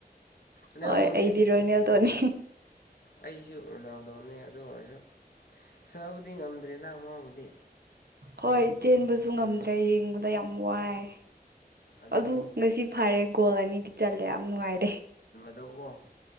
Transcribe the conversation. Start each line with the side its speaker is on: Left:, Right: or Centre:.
Left: ꯑꯗꯨꯕꯨꯗꯤ
Right: ꯍꯣꯏ ꯑꯩꯗꯤ ꯔꯣꯅꯦꯜꯗꯣꯅꯦ
Left: ꯑꯩꯁꯨ ꯔꯣꯅꯥꯜꯗꯣ ꯇꯧꯅꯦ ꯑꯗꯨ ꯑꯣꯏꯔꯁꯨ ꯁꯕꯨꯗꯤ ꯉꯝꯗ꯭ꯔꯦ ꯅꯍꯥꯛ ꯃꯥꯕꯨꯗꯤ
Right: ꯍꯣꯏ ꯆꯦꯟꯕꯁꯨ ꯉꯝꯗ꯭ꯔꯦ
Left: ꯎꯝ
Right: ꯌꯦꯡꯕꯗ ꯌꯥꯝ ꯋꯥꯏ
Left: ꯑꯗꯨꯅꯤ
Right: ꯑꯗꯨ ꯉꯁꯤ ꯐꯔꯦ ꯒꯣꯜ ꯑꯅꯤꯗꯤ ꯆꯜꯂꯦ ꯌꯥꯝ ꯅꯨꯡꯉꯥꯏꯔꯦ
Left: ꯗꯉꯣ